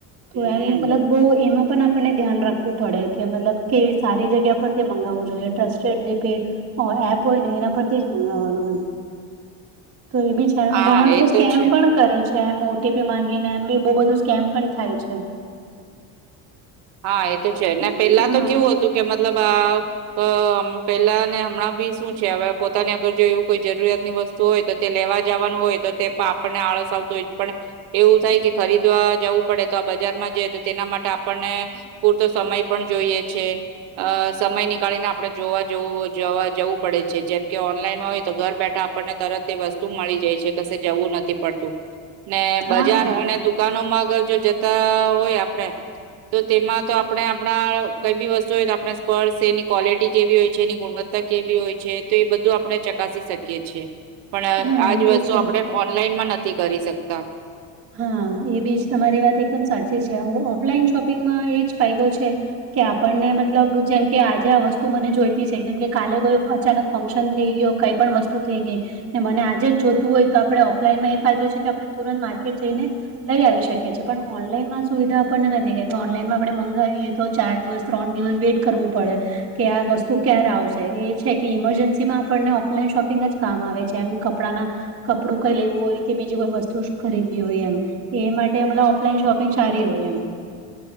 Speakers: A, on the right (about 70°); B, on the right (about 35°).
A: હમ
B: તો એમ મતલબ બો એમાં. પણ આપણને ધ્યાન રાખવું પડે કે મતલબ કેવી સારી જગ્યા પરથી મગાવવું જોઈએ ટ્રસ્ટેડ જે પે ઓ એપ હોય ને એના પરથી જ મંગાવવાનું એમ તો એ બી
A: હા,
B: ઘણા
A: એ
B: લોકો
A: તો
B: સ્કેમ
A: છે.
B: પણ કરે છે એમ ઓટીપી માંગીને એમ બી બહુ બધું સ્કેમ પણ થાય છે.
A: હા એ તો છે
B: હમ,
A: ને પેલા
B: હા
A: તો કેવું હતું કે મતલબ આ અ પેલા ને હમણાં બી શું છે હવે પોતાની અગર જો એવું કોઈ જરૂરિયાતની વસ્તુ તો તે લેવા જવાનું હોય તો તે આપણને આળસ આવતું હોય પણ એવું થાય કે ખરીદવા જવું પડે તો આ બજારમાં જઈ તો તેના માટે આપણને પૂરતો સમય પણ જોઈએ છે. અ સમય નીકાળીને આપડણે જોવા જવું જોવા જવું પડે છે જેમ કે ઓનલાઈનમાં હોય તો ઘર બેઠા આપણને તરત એ વસ્તુ મળી જાય છે ક જવું નથી પડતું. ને
B: હા
A: બજાર અને દુકાનો માં આગળ જો જતા હોય આપડે તો તેમાં તો આપણે આપણા કઈ બી વસ્તુ હોય તો આપણે સ્પર્ડ એની ક્વોલિટી કેવી હોય છે એની ગુણવત્તા કેવી હોય છે તો એ બધું આપણે ચકાસી શકીએ છીએ. પણ
B: હા
A: આજ
B: એ તો
A: વસ્તુ
B: છે
A: આપણે ઓનલાઈન માં નથી કરી શકતા.
B: હા એ બીજ તમારી વાત એકદમ સાચી છે ઓફલાઈન શોપિંગમાં એ જ ફાયદો છે. કે આપણને મતલબ જેમ કે આજે આ વસ્તુ મને જોઈતી છે જેમ કે કાલે કોઈ અચાનક ફંક્શન થઈ ગયો કઈ પણ વસ્તુ થઈ ગઈ. મને આજે જ જોતું હોય તો આપણે ઓફલાઈનમાં એ ફાયદો છે કે આપણે તુરંત માર્કેટ જઈને લઈ આવી શકિયે છે પણ ઓનલાઈનમાં સુવિધા આપણને નથી કેમ ઓનલાઈનમાં આપણે મંગાવીએ તો ચાર દિવસ ત્રણ દિવસ વેઇટ કરવું પડે. કે આ વસ્તુ ક્યારે આવશે એ છે કે ઈમરજન્સી માં આપણને ઓફલાઈન શોપિંગ જ કામ આવે છે એમ કપડાના કપડું કઈ લેવું હોય કે બીજી કોઈ વસ્તુ ખરીદવી હોય એમ એ માટે મતલબ ઓફલાઈન શોપિંગ સારી હોય એમ.